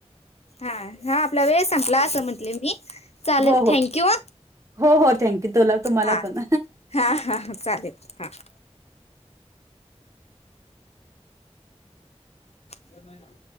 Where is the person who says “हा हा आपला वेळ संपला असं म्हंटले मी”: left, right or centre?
Left